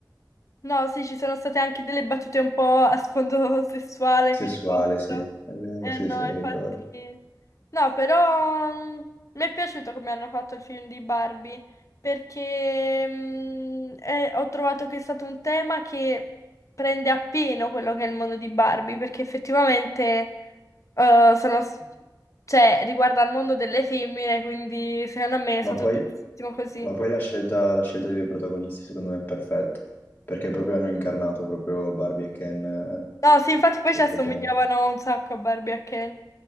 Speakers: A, on the left; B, on the left.
A: No, sì, ci sono state anche delle battute un po' a sfondo <laughs> sessuale,
B: Sessuale,
A: mi ricordo.
B: sì, è vero,
A: Eh
B: sì,
A: no,
B: sì, mi
A: infatti.
B: ricordo.
A: No, però mm, mi è piaciuto come hanno fatto il film di Barbie, perché mm, eh, ho trovato che è stato un tema che prende appieno quello che è il mondo di Barbie, perché effettivamente eh, sono, s- cioè, riguarda il mondo delle femmine, quindi secondo me
B: Ma
A: è stato
B: poi,
A: giustissimo così.
B: ma poi la scelta, la scelta dei due protagonisti secondo me è perfetta, perché proprio hanno incarnato proprio Barbie e Ken eh,
A: No, sì, infatti poi
B: perfettamente.
A: ci assomigliavano un sacco a Barbie e a Ken.